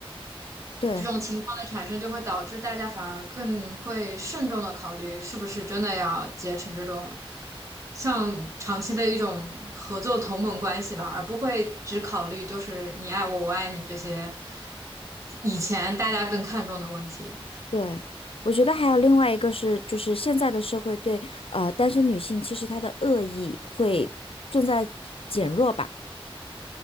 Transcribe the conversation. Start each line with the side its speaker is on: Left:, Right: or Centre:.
Left: 对
Right: 这种情况的产生就会导致大家反而更会慎重的考虑是不是真的要结成这种像长期的一种合作同盟关系吧，而不会只考虑就是你爱我，我爱你这些以前大家更看重的问题。
Left: 对，我觉得还有另外一个是，就是现在的社会对呃单身女性其实她的恶意会正在减弱吧。